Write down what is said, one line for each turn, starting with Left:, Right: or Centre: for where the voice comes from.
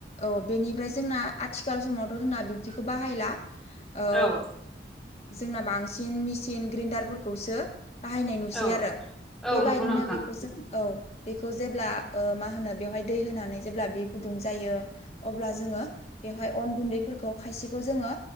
Left: औ बेनिफ्राय जोंना आथिखाल समावथ' जोंना बिब्दिखौ बाहायला ओ
Centre: औ
Left: जोंना बांसिन मेसिन ग्रेन्डारफोरखौसो बाहायनाय नुसै
Centre: औ
Left: आरो
Centre: औ
Left: बेबायदिनो
Centre: नंगौ नोंथां
Left: बेखौ जों औ बेखौ जेब्ला ओ मा होनो बेवहाय दै होनानै जेब्ला बे गुदुं जायो अब्ला जोंङो बेवहाय अन गुन्दैफोरखौ खायसेखौ जोंङो